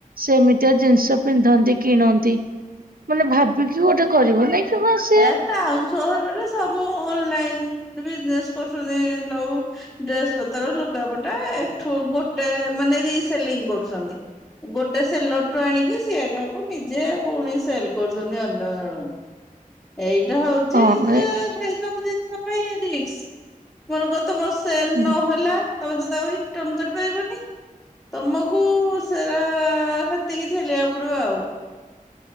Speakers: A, on the right; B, on the left.
A: ସେମିତିଆ ଜିନିଷ ପିନ୍ଧନ୍ତି କିଣନ୍ତି ମାନେ ଭାବିକି ଗୋଟେ କରିବ ନାଇଁ? କି ହଁ ସେ
B: ଏ ଟାଉନ୍ ସହରରେ ସବୁ ଅନଲାଇନ୍ ବିଜନେସ୍ କରୁଛନ୍ତି ଲଉ ଡ୍ରେସ୍ ପତର ଲୁଗାପଟା ଏଠୁ ଗୋଟେ ମାନେ ରି ସେଲିଂ କରୁଚନ୍ତି। ଗୋଟେ ସେଲର୍ ଟୁ ଆଣିକି ସିଏଟାକୁ ନିଜେ ପୁଣି ସେଲ୍ କରୁଚନ୍ତି ଅନ୍ୟ ଜଣଙ୍କୁ। ଏଇଟା ହଉଚି
A: ହଁ
B: ଯେ
A: ଏ
B: ହେଇ ସବୁ ଜିନିଷ ପାଇଁ ରିକ୍ସ, ମନେକର ତମର ସେଲ୍
A: ହୁଁ।
B: ନହେଲା ତମେ ତ ତାକୁ ରିଟନ୍ କରିପାରିବନି ତମକୁ ସେରା ହେତିକି ଝେଲିବାକୁ ପଡିବ ଆଉ।